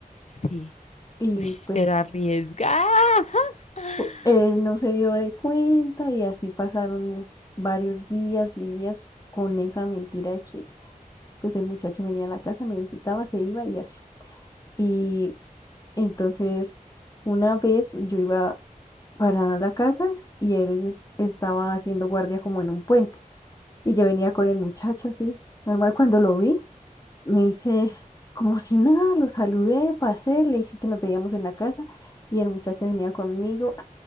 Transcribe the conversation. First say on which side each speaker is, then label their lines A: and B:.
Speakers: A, on the left (about 50°); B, on the left (about 25°).
A: sí.
B: Y
A: Ush,
B: pues
A: pero arriesga. <laughs>
B: u- él no se dio de cuenta y así pasaron varios días y días con esa mentira de que pues el muchacho venía a la casa, me visitaba, se iba y así. Y entonces una vez yo iba para la casa y él estaba haciendo guardia como en un puente. Y yo venía con el muchacho así, normal cuando lo vi, me hice como si nada, lo saludé, pasé, le dije que nos veíamos en la casa y el muchacho venía conmigo